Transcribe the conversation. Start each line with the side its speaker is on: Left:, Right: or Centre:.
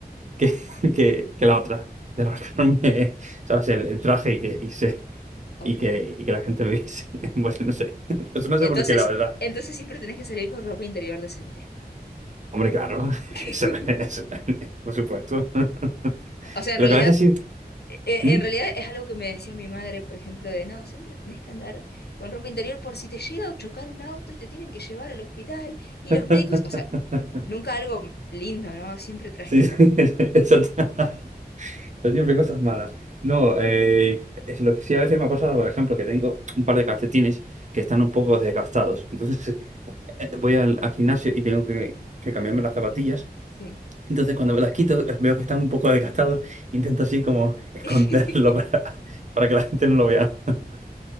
Right: que, <laughs> que- que la otra, de rascarme, <laughs> ¿sabes? El, el traje y que, y, se-
Left: Ok.
Right: y que, y que la gente me viese. <laughs> Bueno, no sé. Eso no sé
Left: Entonces,
Right: por qué, la verdad.
Left: entonces siempre tenés que salir con ropa interior decente.
Right: Hombre, claro, <laughs>
Left: <laughs>
Right: eso, eso, por supuesto. <laughs>
Left: O sea, en
Right: Lo
Left: realidad,
Right: que a veces sí
Left: e- e-
Right: ¿Mm?
Left: en realidad es algo que me decía mi madre, por ejemplo, de no, siempre tenés que andar con ropa interior por si te llega a chocar un auto y te tienen que llevar al hospital y
Right: <laughs>
Left: los médicos, o sea, nunca algo lindo, ¿no? Siempre trágico.
Right: Sí, sí, <laughs> eso t- <laughs> pero siempre cosas malas. No, eh, es lo que sí a veces me ha pasado, por ejemplo, que tengo un par de calcetines que están un poco desgastados. Entonces <laughs> eh, voy al, al gimnasio y tengo que, que cambiarme las zapatillas.
Left: Sí.
Right: Entonces cuando me las quito <laughs> veo que están un poco desgastados. Intento así como esconderlo
Left: <laughs>
Right: <laughs> para, para que la gente no lo vea. <laughs>